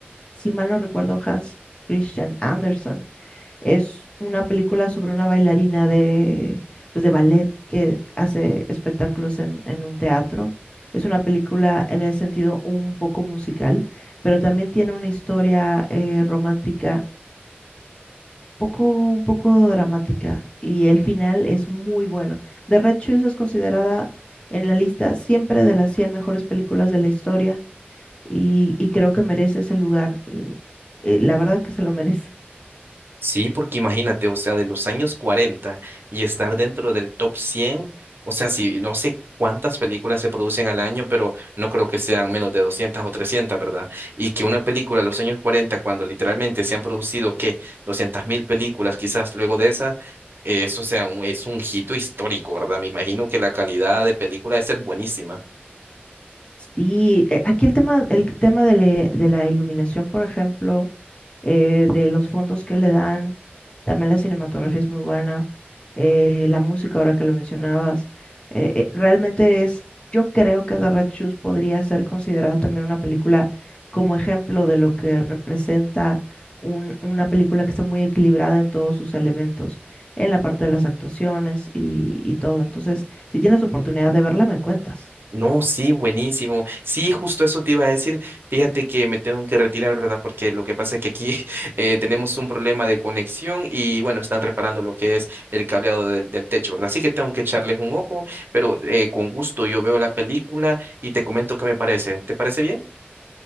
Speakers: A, on the left; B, on the right.
A: si mal no recuerdo, Hans Christian Andersen. Es una película sobre una bailarina de, pues de ballet que hace espectáculos en, en un teatro. Es una película en el sentido un poco musical, pero también tiene una historia eh, romántica poco, un poco dramática y el final es muy bueno. The Red Shoes es considerada en la lista siempre de las 100 mejores películas de la historia y, y creo que merece ese lugar. eh, eh, la verdad que se lo merece.
B: Sí, porque imagínate, o sea, de los años 40 y estar dentro del top 100, o sea, si no sé cuántas películas se producen al año, pero no creo que sean menos de 200 o 300, ¿verdad? Y que una película de los años 40, cuando literalmente se han producido, ¿qué? 200 mil películas quizás luego de esa, eh, eso sea un, es un hito histórico, ¿verdad? Me imagino que la calidad de película debe ser buenísima.
A: Y eh, aquí el tema, el tema de, la de la iluminación, por ejemplo, eh, de los fondos que le dan. También la cinematografía es muy buena. eh, la música, ahora que lo mencionabas, eh, eh, realmente es, yo creo que The Red Shoes podría ser considerada también una película como ejemplo de lo que representa un- una película que está muy equilibrada en todos sus elementos, en la parte de las actuaciones y, y todo. Entonces, si tienes oportunidad de verla, me cuentas.
B: No, sí, buenísimo. Sí, justo eso te iba a decir. Fíjate que me tengo que retirar, ¿verdad? Porque lo que pasa es que aquí <laughs> eh, tenemos un problema de conexión y bueno, están reparando lo que es el cableado del, del techo, ¿verdad? Así que tengo que echarles un ojo, pero eh, con gusto yo veo la película y te comento qué me parece. ¿Te parece bien?